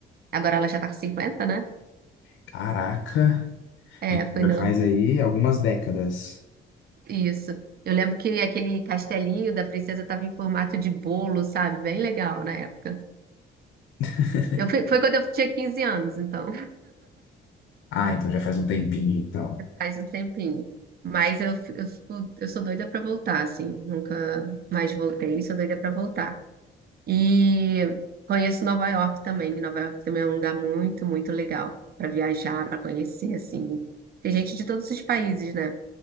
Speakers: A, on the right; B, on the left.
A: Agora ela já tá com 50, né?
B: Caraca,
A: É,
B: então
A: foi no
B: já faz aí algumas décadas.
A: Isso. Eu lembro que aquele castelinho da princesa estava em formato de bolo, sabe? Bem legal na época.
B: <laughs>
A: Eu fui- foi quando eu tinha 15 anos, então
B: Ah, então já faz um tempinho, então.
A: <laughs> faz um tempinho. Mas eu, fi- eu, fico- eu sou doida pra voltar, assim. Nunca mais voltei, sou doida pra voltar. E conheço Nova York também, que Nova York também é um lugar muito, muito legal pra viajar, pra conhecer, assim. Tem gente de todos os países, né?